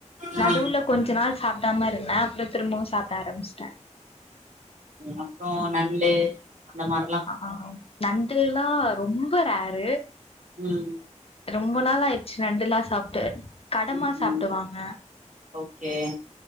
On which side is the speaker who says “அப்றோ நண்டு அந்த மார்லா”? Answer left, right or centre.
Right